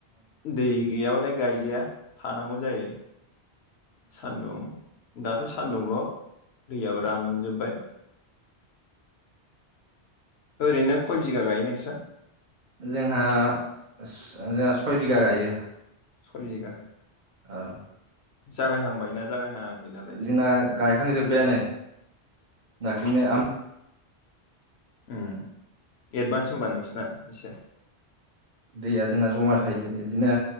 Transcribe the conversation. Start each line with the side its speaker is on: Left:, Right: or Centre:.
Left: दै गैयाब्लाथाय गायजाया थानांगौ जायो सानदुं दाथ सान्दुंल दैयाबो रानजोबबाय ओरैनो खय बिगा गायो नोंस्रा
Right: जोंहा स'-सय बिगा गायो।
Left: सय बिघा?
Right: ओ
Left: जागायहांबायना? जागायहाङाखै दालाय
Right: जोंना गायखांजोब्बायानो दाख्लैनो आम
Left: ओम एडभान्स होनबा नोंसिना इसे?
Right: दैया जोंना जमा थायो बिदिनो